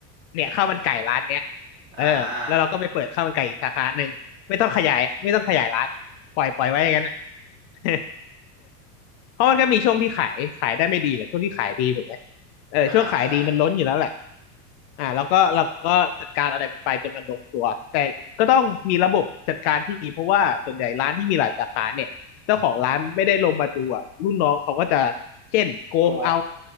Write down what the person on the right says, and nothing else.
อ่า
อ่าฮะใช่
โกง